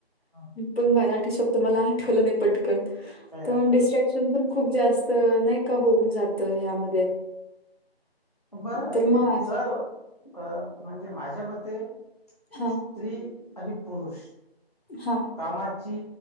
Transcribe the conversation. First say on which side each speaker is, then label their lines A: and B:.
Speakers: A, on the left (about 40°); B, on the left (about 70°).
A: हं,
B: पण मलाठी शब्द म आठव नाही पटकन
A: काही हरकत
B: डिस्ॅ
A: नाही
B: शिक्ण पण खूप जास्त नाही का होऊन जात ह्यामध्ये.
A: बरं
B: तर मग
A: जर अ म्हणजे माझ्या मते.
B: हा
A: स्त्री आणि पुरुष.
B: हा.
A: कामाची